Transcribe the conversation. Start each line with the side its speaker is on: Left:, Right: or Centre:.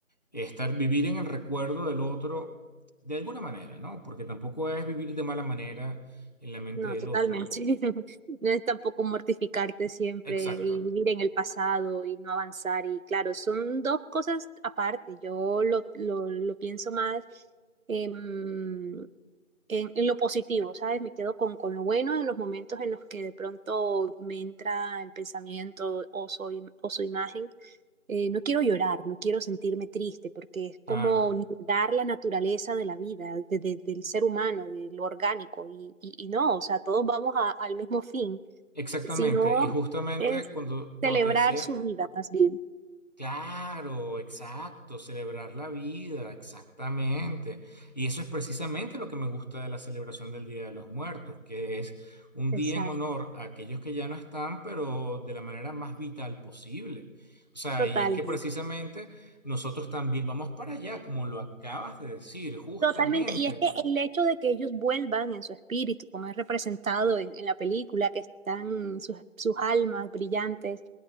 Left: estar vivir en el recuerdo del otro de alguna manera, ¿no? Porque tampoco es vivir de mala manera en la mente
Right: no,
Left: del
Right: totalmente,
Left: otro.
Right: <laughs> no es tampoco mortificarte siempre
Left: Exacto,
Right: y vivir en el pasado y no avanzar, y claro, son dos cosas aparte, yo lo, lo, lo pienso más em, en, en lo positivo, ¿sabes? Me quedo con, con lo bueno en los momentos en los que de pronto me entra el pensamiento o soy, o su imagen. Eh, no quiero llorar, no quiero sentirme triste, porque es
Left: claro,
Right: como negar la naturaleza de la vida, de- de- del ser humano, de lo orgánico, y, y, y no, o sea, todos vamos a- al mismo fin,
Left: exactamente.
Right: sino
Left: Y justamente
Right: es
Left: cuando,
Right: celebrar
Left: cuando te decía
Right: su vida más bien.
Left: Claro, exacto, celebrar la vida, exactamente. Y eso es precisamente lo que me gusta de la celebración del Día de los Muertos, que es un
Right: Exacto,
Left: día en honor a aquellos que ya no están, pero de la manera más vital posible. O sea,
Right: total.
Left: y es que precisamente nosotros también vamos para allá, como lo acabas de decir, justamente.
Right: Totalmente, y es que el hecho de que ellos vuelvan en su espíritu, como es representado en, en la película, que están sus, sus almas brillantes,